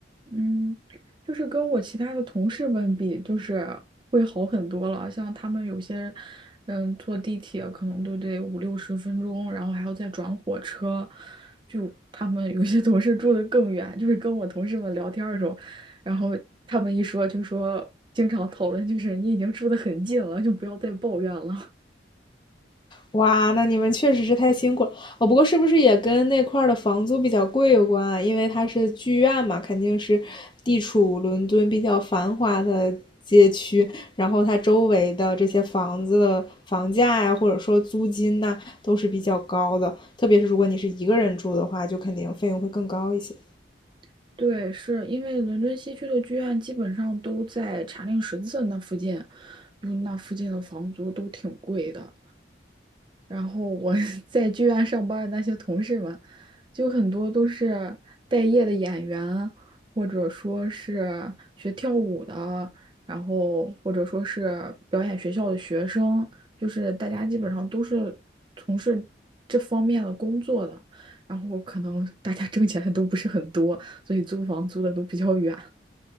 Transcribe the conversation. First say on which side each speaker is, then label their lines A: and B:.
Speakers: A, on the right; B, on the left.
A: 嗯，就是跟我其他的同事们比，就是会好很多了。像他们有些，嗯，坐地铁可能都得五六十分钟，然后还要再转火车。就他们有些同事住的更远，就是跟我同事们聊天儿的时候，然后他们一说就说，经常讨论就是你已经住的很近了，就不要再抱怨了。
B: 哇，那你们确实是太辛苦了。哦，不过是不是也跟那块儿的房租比较贵有关啊？因为它是剧院嘛，肯定是地处伦敦比较繁华的街区，然后它周围的这些房子的房价呀，或者说租金呐，都是比较高的。特别是如果你是一个人住的话，就肯定费用会更高一些。
A: <laughs> 对，是因为伦敦西区的剧院基本上都在查令十字那附近，就那附近的房租都挺贵的。然后我 <laughs> 在剧院上班的那些同事们，就很多都是待业的演员，或者说是学跳舞的，然后或者说是表演学校的学生，就是大家基本上都是从事这方面的工作的，然后可能大家挣钱都不是很多，所以租房租的都比较远。